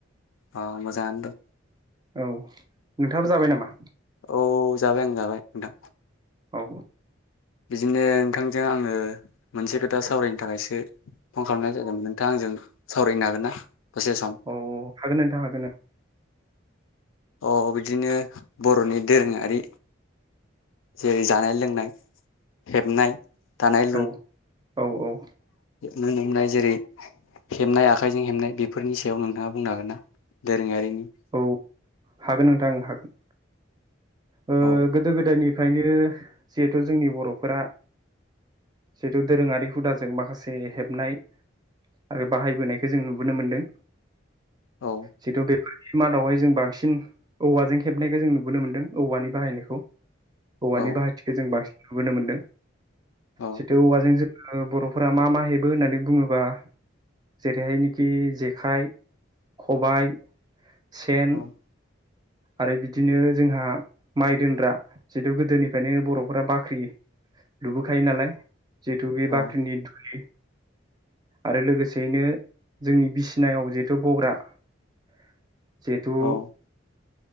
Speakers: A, on the left (about 85°); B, on the right (about 20°).
A: अ मोजांआनो दं।
B: औ। नोंथाङाबो जाबाय नामा?
A: औ जाबाय आं जाबाय नोंथां
B: औ
A: बिदिनो नोंथांजों आङो मोनसे खोथा सावरायनो थाखायसो फन खालामनाय जादोंमोन नोंथाङा आंजों सावरायनो हागोन ना? दसे सम?
B: औ हागोन नोंथां हागोन ओं
A: अ बिदिनो बर'नि दोरोङारि जेरै जानाय लोंनाय हेबनाय दानाय
B: औ औ औ
A: नुनो मोननाय जेरै- हेबनाय आखाइजों हेबनाय बेफोरनि सायाव नोंथाङा बुंनो हागोन ना दोरोङारिनि? <inaudible>
B: औ हागोन नोंथां हागोन। ओ
A: औ
B: गोदो गोदायनि बेखायनो जिहेथु जोंनि बर'फोरा जिहेथु दोरोङारि हुदाजों माखासे हेबनाय आरो बाहायबोनायखौ जों नुबोनो मोनदों।
A: औ
B: जिथु बे मादावहाय जों बांसिन औवाजों हेबनायखौ जों नुबोनो मोन्दों। औवानि बाहायनायखौ औवानि
A: औ
B: बाहायथिखो जों बांसिन नुबोनो मोनदों।
A: औ
B: जिथु औवाजों जोङो बर'फोरा मा मा हेबो होननानै बुङोबा जेरैहायनोखि जेखाइ खबाइ सेन
A: औ
B: आरो बिदिनो जोंहा माइ दोनग्रा जिथु गोदोनिफ्रायनो बर'फोरा बाख्रि लुबोखायो नालाय जिथु बे
A: औ
B: बाख्रिनि दुलि आरो लोगोसेयैनो जोंनि बिसिनायाव जिहेथु बग्रा जिहेथु
A: औ